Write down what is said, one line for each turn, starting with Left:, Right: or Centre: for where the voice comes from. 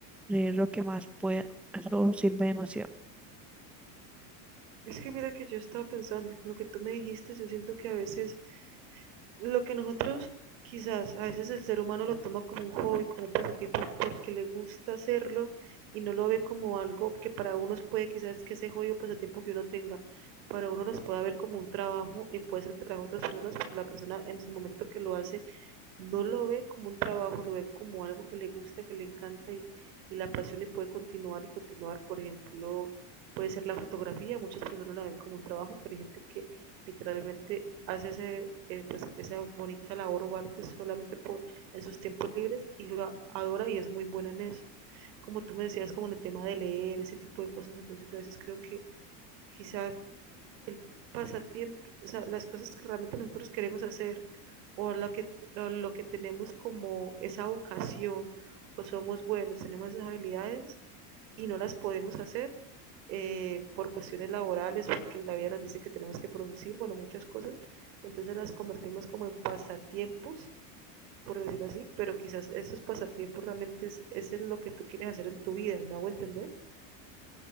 Centre: leer lo que más pueda, eso sirve demasiado.
Right: Es que mira que yo estaba pensando y con lo que tú me dijiste, yo siento que a veces lo que nosotros quizás, a veces el ser humano lo toma como un hobby, como un pasatiempo porque le gusta hacerlo y no lo ve como algo que para unos puede quizás que ese hobby o pasatiempo que uno tenga, para uno los pueda ver como un trabajo y puede ser el trabajo de otras personas, pero la persona en su momento que lo hace no lo ve como un trabajo, lo ve como algo que le gusta, que le encanta y, y la apasiona y puede continuar y continuar. Por ejemplo, puede ser la fotografía, muchas personas la ven como un trabajo, pero hay gente que literalmente hace ese, eh, pues, esa bonita labor o arte solamente por, en sus tiempos libres y lo adora y es muy buena en eso. Como tú me decías, como en el tema de leer, ese tipo de cosas, entonces yo a veces creo que quizás el pasatiempo, o sea, las cosas que realmente nosotros queremos hacer o lo que, lo, lo que tenemos como esa vocación o somos buenos, tenemos esas habilidades y no las podemos hacer eh, por cuestiones laborales, porque la vida nos dice que tenemos que producir, bueno, muchas cosas, entonces las convertimos como en pasatiempos, por decirlo así, pero quizás esos pasatiempos realmente es, es lo que tú quieres hacer en tu vida, ¿me hago entender?